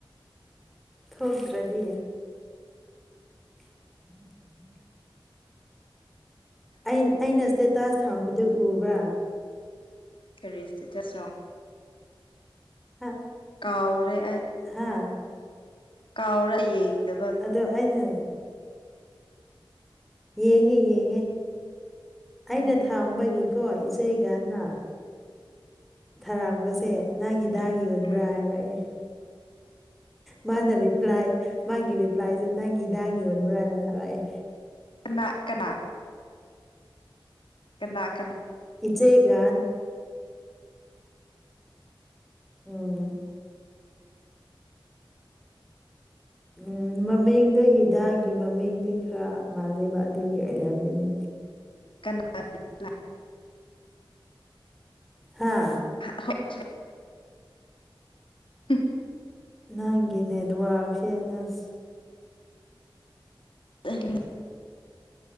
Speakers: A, in the centre; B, on the left.
A: ꯊꯣꯛꯇ꯭ꯔꯗꯤ <unintelligible> ꯑꯩꯟ ꯑꯩꯅ ꯏꯁꯇꯦꯇꯥꯁ ꯊꯝꯕꯗꯨ ꯎꯕ꯭ꯔꯥ
B: ꯀꯔꯤ ꯁꯇꯦꯇꯥꯁ ꯅꯣ
A: ꯍꯥ
B: ꯀꯥꯎꯔꯦ ꯑꯩ
A: ꯍꯥꯥ
B: ꯀꯥꯎꯔꯦ ꯑꯩ ꯌꯦꯡꯗꯕ
A: ꯑꯗꯣ ꯑꯩꯅ ꯌꯦꯡꯉꯦ ꯌꯦꯡꯉꯦ
B: ꯎꯝ
A: ꯑꯩꯅ ꯊꯥꯝꯕꯒꯤꯀꯣ ꯏꯆꯦꯒꯅ ꯊꯥꯔꯛꯄꯁꯦ ꯅꯪ ꯍꯤꯗꯥꯛꯒꯤ
B: ꯎꯝ
A: ꯌꯣꯟꯕ꯭ꯔꯥ
B: ꯎꯝ
A: ꯍꯥꯏꯔꯛꯑꯦ ꯃꯥꯅ ꯔꯤ ꯔꯤꯄ꯭ꯂꯥꯏ ꯃꯥꯒꯤ ꯔꯤꯄ꯭ꯂꯥꯏꯁꯦ ꯅꯪ ꯍꯤꯗꯥꯛ ꯌꯣꯟꯕꯔꯅ ꯊꯥꯔꯛꯑꯦ
B: ꯀꯅꯥ ꯀꯅꯥ ꯀꯅꯥ ꯀꯅꯥ
A: ꯏꯆꯦꯒꯟ ꯎꯝ ꯎꯝ ꯃꯃꯤꯡꯗꯣ ꯍꯤꯗꯥꯛꯒꯤ ꯃꯃꯤꯡꯗꯤ ꯈꯔ ꯃꯥꯜꯂꯦꯕ ꯑꯗꯨꯒꯤ ꯑꯣꯏꯔꯝꯒꯅꯤ
B: ꯀꯅꯥ ꯀꯅꯥꯅꯣ
A: ꯍꯥꯥ
B: <unintelligible> ꯍꯨꯝ
A: ꯅꯪꯒꯤ ꯅꯦꯠꯋꯔꯛꯁꯦ ꯑꯁ
B: <unintelligible>